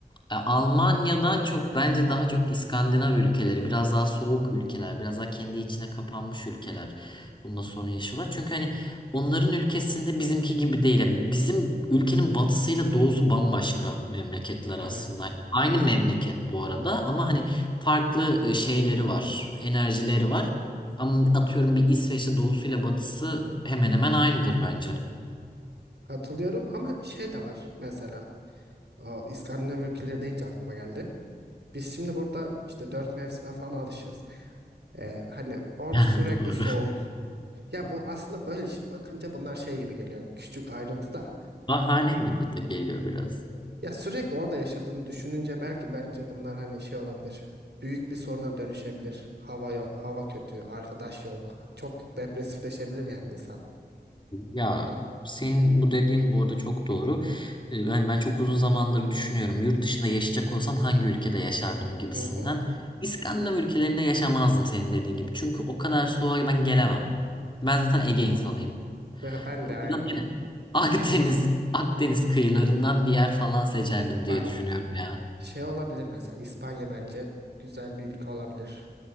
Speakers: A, on the left; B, on the right.
A: E, Almanya'dan çok bence daha çok İskandinav ülkeleri, biraz daha soğuk ülkeler, biraz daha kendi içine kapanmış ülkeler bunda sorun yaşıyorlar. Çünkü hani onların ülkesinde bizimki gibi değil. Yani Bizim ülkenin batısıyla doğusu bambaşka memleketler
B: Evet.
A: aslında. Yani Aynı memleket bu arada ama hani farklı e, şeyleri var, enerjileri var. Ama atıyorum bir İsveç'te doğusuyla batısı hemen hemen aynıdır bence.
B: Katılıyorum ama şey de var mesela. O İskandinav ülkeleri deyince aklıma geldi. Biz şimdi burada işte dört mevsime falan alışız. Ee, hani orada
A: <laughs>
B: sürekli
A: Doğru.
B: soğuk. Ya bu aslında böyle şi- bakınca bunlar şey gibi geliyor. Yani küçük ayrıntı da.
A: Bahane gibi de geliyor biraz.
B: Ya sürekli orada yaşadığını düşününce belki bence bunlar hani şey olabilir. Büyük bir soruna dönüşebilir. Hava yo- hava kötü, arkadaş yok. Çok depresifleşebilir yani insan.
A: Ya senin bu dediğin bu arada çok doğru. Ee, Ben ben çok uzun zamandır düşünüyorum. Yurt dışında yaşayacak olsam hangi ülkede yaşardım gibisinden.
B: Hı hı.
A: İskandinav ülkelerinde yaşamazdım senin dediğin gibi. Çünkü o kadar soğuğa ben gelemem. Ben zaten Ege insanıyım.
B: Ve ben
A: O
B: de aynen.
A: yüzden yine <laughs> Akdeniz Akdeniz kıyılarından bir yer falan seçerdim diye
B: Bak
A: düşünüyorum ya.
B: şey olabilir mesela İspanya bence güzel bir ülke olabilir